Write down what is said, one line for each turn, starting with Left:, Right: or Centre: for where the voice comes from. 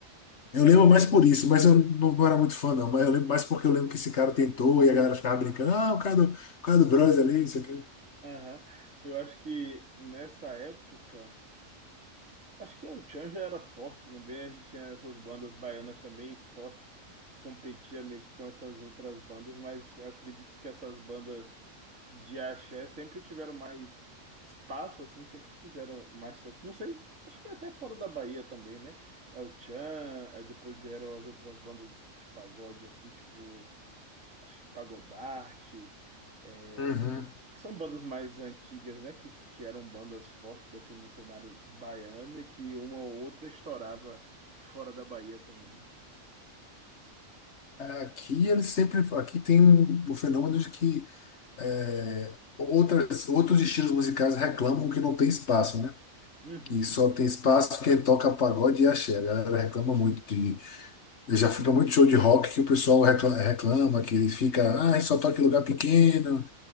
Left: Eu lembro
Right: Acho
Left: mais
Right: que eu.
Left: por isso, mas eu não, não era muito fã, não. Mas eu lembro mais porque eu lembro que esse cara tentou e a galera ficava brincando. Ah, o cara do, o cara do Bros ali, isso aqui.
Right: Aham. Eu acho que nessa época. Acho que o Tchan já era forte também, a gente tinha essas bandas baianas também forte, competia meio que com essas outras bandas, mas eu acredito que essas bandas de axé sempre tiveram mais espaço, assim, sempre fizeram mais sucesso. Não sei, acho que até fora da Bahia também, né? É o Tchan, aí depois vieram as outras bandas de pagode, assim, tipo acho que Pagodarte, é,
Left: Uhum.
Right: que são bandas mais antigas, né? Que, que eram bandas fortes assim no cenário baiano e que uma ou outra estourava fora da Bahia também.
Left: Aqui eles sempre. Aqui tem um, um fenômeno de que é, outras, outros estilos musicais reclamam que não tem espaço, né?
Right: Uhum.
Left: Que só tem espaço quem toca pagode e axé. A galera reclama muito Já fui muito show de rock que o pessoal recla- reclama, que fica, ah, só toca em lugar pequeno,